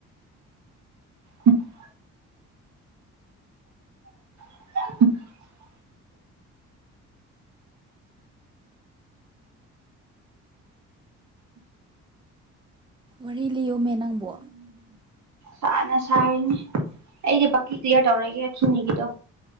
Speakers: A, on the right (about 65°); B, on the right (about 15°).
A: ꯎꯝ <unintelligible>
B: ꯋꯥꯔꯤꯔꯤ ꯂꯤꯌꯣ ꯃ ꯅꯪꯕꯣ
A: ꯆꯥꯅ ꯁꯥꯔꯤꯅꯦ ꯑꯩꯗꯤ ꯕꯥꯛꯀꯤ ꯀ꯭ꯂꯤꯌꯥꯔ ꯇꯧꯔꯒꯦꯔꯈꯤꯤꯡꯉꯤꯒꯤꯗꯣ